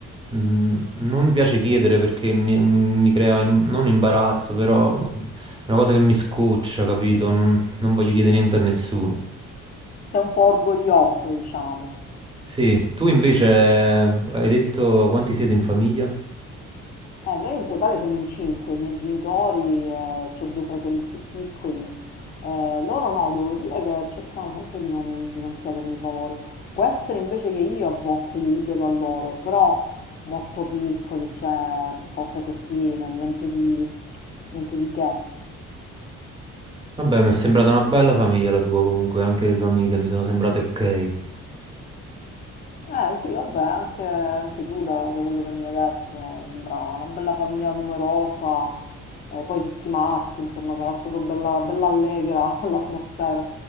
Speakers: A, on the right; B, on the left.
A: mm, non mi piace chiedere perché mi, mi crea im- non imbarazzo, però è una cosa che mi scoccia, capito? Non, non voglio chiedere niente a nessuno.
B: Sei un po' orgoglioso, diciamo.
A: Sì, tu invece eh, hai detto quanti siete in famiglia?
B: Eh, noi in totale siamo in cinque, i miei genitori, eh, ho due fratelli più piccoli. Eh, loro no, devo dire che cercano sempre di non, di non chiedermi favori. Può essere invece che io a volte glieli chiedo a loro, però molto piccoli, cioè cose così, n- niente di, niente di che.
A: Vabbè, mi è sembrata una bella famiglia la tua comunque, anche le tue amiche mi sono sembrate ok.
B: Eh sì, vabbè, anche, anche tu da, da quello che mi hai detto, sembrava una bella famiglia numerosa, eh, poi tutti maschi, insomma, sarà stato bella bella allegra <laughs> l'atmosfera.